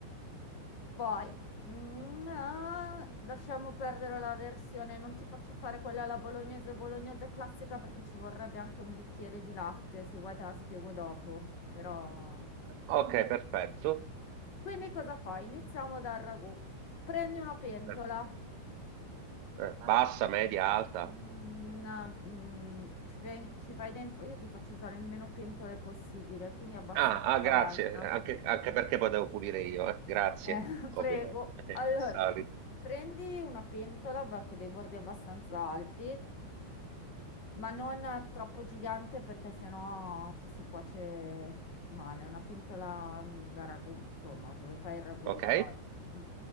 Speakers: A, on the left; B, on the right.
A: Poi, mm, ah, lasciamo perdere la versione, non ti faccio fare quella alla bolognese, bolognese classica perché ci vorrebbe anche un bicchiere di latte, se vuoi te la spiego dopo, però...
B: Ok, perfetto.
A: Quindi cosa fai? Iniziamo dal ragù. Prendi una pentola,
B: Eh, eh, bassa, media, alta.
A: mm, una- mm, che ci fai, ci fai dentro, io ti faccio usare il meno pentole possibile, quindi abbastanza
B: Ah, ah,
A: alta.
B: grazie, anche, anche perché potevo pulire io, eh. Grazie,
A: Eh, <laughs>
B: ovviamente,
A: prego.
B: <laughs> Eh,
A: Allora,
B: il solito.
A: prendi una pentola va con dei bordi abbastanza alti ma non troppo gigante perché sennò ti si cuoce male. Una pentola da ragù, insomma, dove fai il ragù
B: Ok?
A: di solito. Mm.